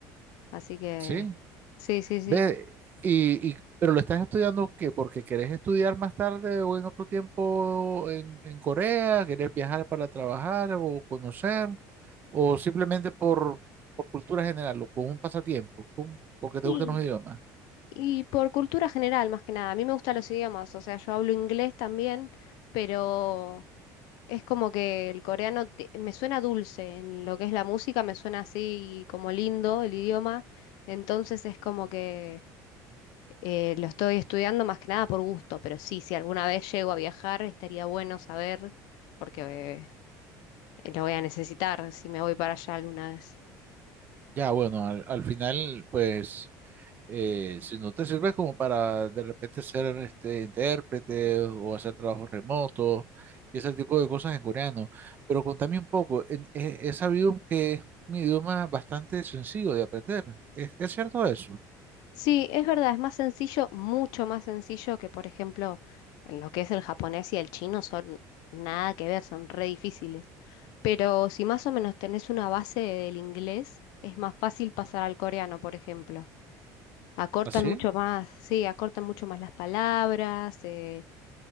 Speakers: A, on the left; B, on the right.
A: así que
B: ¿sí?
A: sí, sí, sí.
B: Ve, y, y- pero lo estás estudiando ¿qué? porque querés estudiar más tarde o en otro tiempo en, en Corea, querés viajar para trabajar o conocer, o simplemente por, por cultura general o con un pasatiempo, con- porque te
A: Y,
B: gustan los idiomas.
A: y por cultura general, más que nada, a mí me gustan los idiomas, o sea, yo hablo inglés también, pero Es como que el coreano te- me suena dulce, en lo que es la música me suena así como lindo el idioma, entonces es como que eh, lo estoy estudiando más que nada por gusto, pero sí, si alguna vez llego a viajar estaría bueno saber porque eh, lo voy a necesitar si me voy para allá alguna vez.
B: Ya, bueno, al, al final, pues eh, si no te sirve como para de repente ser este, intérprete o hacer trabajos remotos y ese tipo de cosas en coreano. Pero contame un poco, en- he, he sabido que es un idioma bastante sencillo de aprender. ¿Es, es cierto eso?
A: Sí, es verdad, es más sencillo, mucho más sencillo que por ejemplo en lo que es el japonés y el chino son nada que ver, son re difíciles. Pero si más o menos tenés una base del inglés, es más fácil pasar al coreano, por ejemplo. Acortan
B: ¿Así?
A: mucho más, sí, acortan mucho más las palabras, eh,